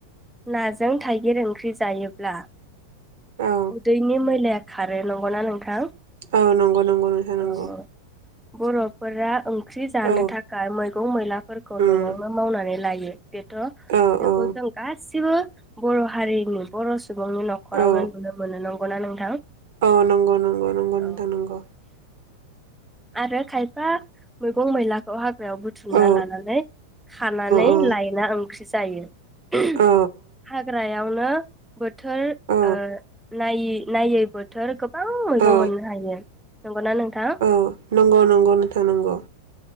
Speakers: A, in the centre; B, on the right.
A: नाजों थाइगिर ओंख्रि जायोब्ला
B: औ
A: उदैनि मैलाया खारो नंगौना नोंथां?
B: औ नंगौ नंगौ नोंथां नंगौ।
A: औ औ बर'फोरा ओंख्रि जानो
B: औ
A: थाखाय मैगं मैला फोरखौ
B: उम
A: न'आवनो मावनानै लायो। बेथ' बेखौ
B: औ औ
A: जों गासिबो बर' हारिनि बर' सु बुंनि न'खरावनो
B: औ
A: नुनो मोनो नगौना नोंथां?
B: औ नंगौ नंगौ नंगौ नोंथां
A: औ
B: नंगौ
A: आरो खायफा मैगं मैलाखौ हाग्रायाव बुथुमना
B: औ
A: लानानै खानानै
B: औ
A: लायना ओंख्रि जायो।
B: औ
A: हाग ग्रायावनो बोथोर
B: औ
A: ओ नायि नायै बोथोर खोब गोबां मैगं
B: औ
A: मोननो हायो। नंगौना नोंथां?
B: औ नंगौ नंगौ नोंथां नंगौ।